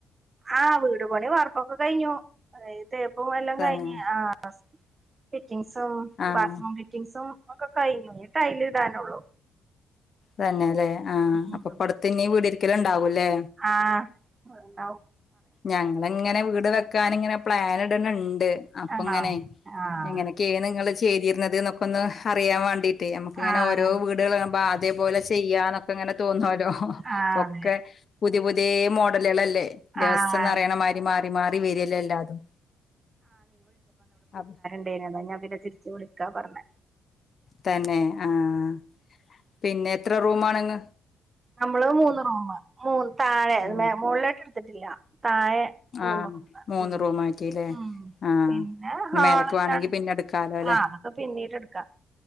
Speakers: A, on the right; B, on the left.
A: ആഹ് വീട്പണി വാർപ്പൊക്ക കയ്ഞ്ഞു അ തേപ്പും എല്ലാം
B: തന്നെ
A: കഴിഞ് ആഹ് ഫിറ്റിങ്സും
B: ആഹ്
A: ബാത് റ്റിങ്സും ഒക്കെ കയ്ഞ്ഞു ഞ്ഞി ടൈല്ടാനൊള്ളൂ
B: തന്നെലേ ആഹ്
A: ഉം
B: പ്പട്ത്ത്ഞ്ഞി വീടിര്ക്കലും ണ്ടാവുംല്ലേ
A: ആഹ് ണ്ടാവും
B: ഞങ്ങള്ങ്ങനെ വീട് വെക്കാനിങ്ങനെ പ്ലാനിട്നിണ്ട് അപ്പങ്ങനയ്
A: ആഹ് ആഹ്
B: എങ്ങനെ ക്കേണ് ങ്ങള് ചെയ്തീര്ന്നത് ന്നൊക്കൊന്ന് അറിയാവാണ്ടീറ്റേയ് നമുക്കിങ്ങനെ
A: ആഹ്
B: ഓരോ വീടാളാണുമ്പൊ ആ അതേപോലെ ചെയ് ചെയ്യാന്നൊക്കെങ്ങനെ തോന്നല്ലോ
A: ആഹ്
B: പ്പൊക്കെ
A: അതെ
B: പുത്യെ പുത്യേ മോഡല് ളല്ലേ ദവസ്ംന്നറയണ
A: ആഹ്
B: മാരി മാറി മാറി വരല്ലേ എല്ലാതും അ
A: ഏഞ്ഞിലെ അതാ ഞാൻ പിന്നെ തിരിച്ച് വിളിക്കാ പർന്നെ
B: തന്നെ ആഹ് പിന്നെ എത്ര റൂമാണ്ങ്ങ
A: നമ്മള് മൂന്ന് റൂമ് മൂ താഴെ
B: ആ
A: മേ മോളിലോട്ട്ട്ത്തിട്ടില്ല താഴെ മൂന്ന്
B: ആ
A: റൂമ്
B: മൂന്ന്
A: ഉം
B: റൂമായിട്ടില്ലേ
A: ഉം
B: ആ
A: പിന്നെ ഹാളും
B: മേലക്ക് വേണെങ്കി
A: ര
B: പിന്നെ എടുക്കാലോ അല്ലെ
A: ആഹ് അത് പിന്നീട്ട്ക്കാ